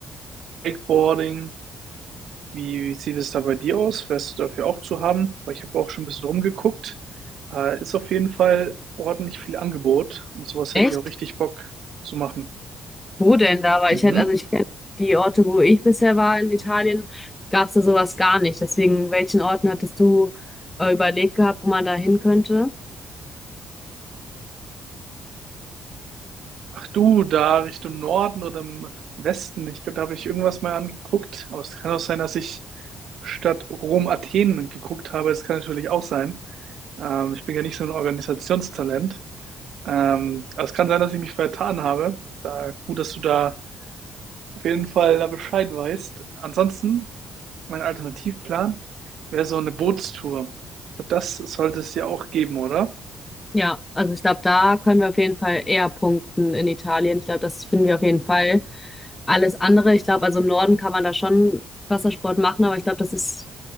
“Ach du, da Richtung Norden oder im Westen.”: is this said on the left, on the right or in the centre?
Right